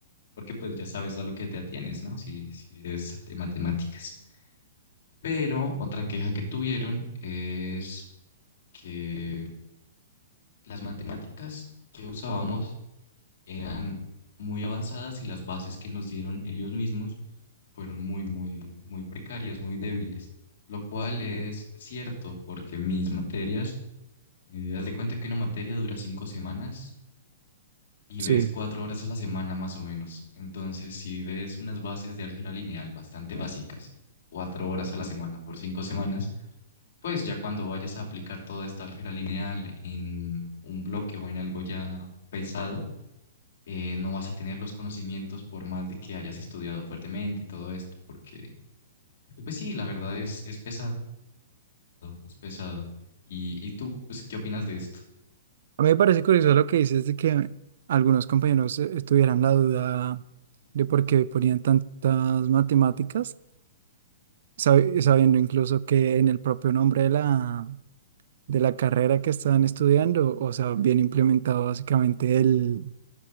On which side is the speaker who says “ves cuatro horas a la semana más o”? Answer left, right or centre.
Left